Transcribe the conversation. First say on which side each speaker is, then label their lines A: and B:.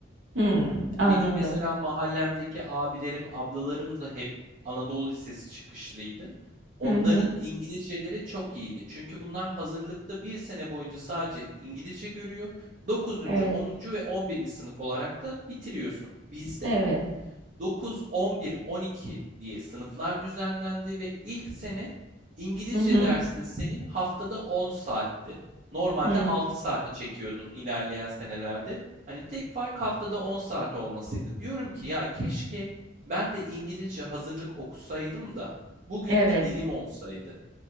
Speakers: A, on the right (about 85°); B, on the right (about 45°).
A: Hı, anladım.
B: Benim mesela mahallemdeki abilerim, ablalarım da hep Anadolu Lisesi çıkışlıydı. Onların
A: Hı hı.
B: İngilizceleri çok iyiydi. Çünkü bunlar hazırlıkta bir sene boyunca sadece İngilizce görüyor. 9.
A: Evet.
B: 10. ve 11. sınıf olarak da bitiriyorsun. Bizde
A: Evet.
B: 9, 11, 12 diye sınıflar düzenlendi ve ilk sene İngilizce
A: Hı hı.
B: dersin senin haftada 10 saatti. Normalde
A: Hı.
B: 6 saate çekiyordun ilerleyen senelerde. Hani tek fark haftada 10 saat olmasıydı. Diyorum ki ya keşke ben de İngilizce hazırlık okusaydım da bugün
A: Evet.
B: bir dilim olsaydı.